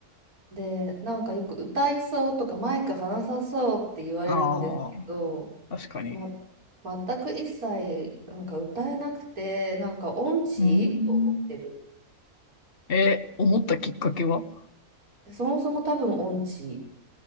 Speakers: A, on the right; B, on the left.
A: で、なんかよく歌いそうとかマイク離さそうって言われるんですけど、
B: ああ、確かに。
A: ま、全く一切なんか歌えなくて、なんか音痴と思ってる。
B: うーん。え、思ったきっかけは
A: そもそも多分音痴。